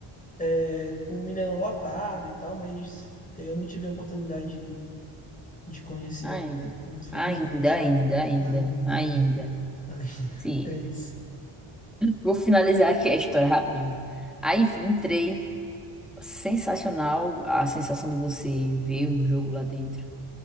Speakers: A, on the left; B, in the centre.
A: é, com o Mineirão lotado e tal, mas é, eu não tive a oportunidade de, de conhecer ainda,
B: ainda,
A: infelizmente.
B: ainda, ainda, ainda,
A: Ainda,
B: ainda,
A: ainda. Ai, <laughs>
B: sim.
A: é isso.
B: Vou finalizar aqui a história rapidinho. Aí, enfim, entrei. Sensacional a sensação de você ver o jogo lá dentro.